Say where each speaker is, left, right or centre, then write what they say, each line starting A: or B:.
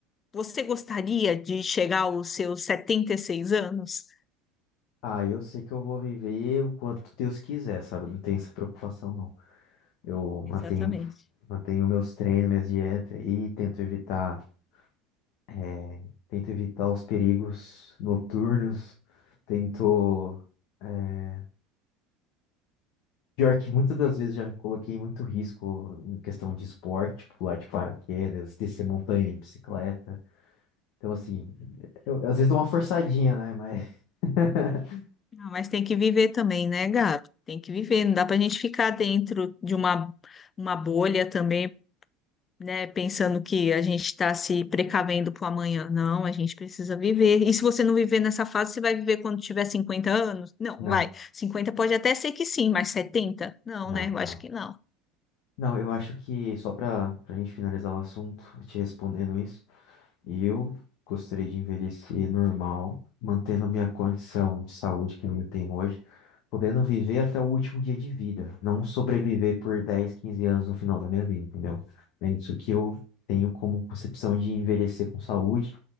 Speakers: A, on the left (about 30°); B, on the left (about 65°).
A: você gostaria de chegar aos seus 76 anos?
B: Ah, eu sei que eu vou viver o quanto Deus quiser, sabe? Não tenho essa preocupação, não. Eu mantenho,
A: Exatamente.
B: mantenho meus treinos, minhas dietas aí, tento evitar, é, tento evitar os perigos noturnos, tento. é, Pior que muitas das vezes já me coloquei em muito risco em questão de esporte, pular de paraquedas, descer montanha de bicicleta. Então, assim, eu, às vezes dou uma forçadinha, né? Mas. <laughs>
A: Ah, mas tem que viver também, né, Gabi? Tem que viver, não dá para a gente ficar dentro de uma, uma bolha também, né, pensando que a gente está se precavendo para o amanhã. Não, a gente precisa viver. E se você não viver nessa fase, você vai viver quando tiver 50 anos? Não,
B: Não,
A: vai. 50 pode até ser que sim, mas 70? Não,
B: não,
A: né? Eu acho
B: não.
A: que não.
B: Não, eu acho que só para a gente finalizar o assunto, te respondendo isso, eu gostaria de envelhecer normal, mantendo minha condição de saúde que eu tenho hoje, podendo viver até o último dia de vida, não sobreviver por dez quinze anos no final da minha vida, entendeu? É isso que eu tenho como concepção de envelhecer com saúde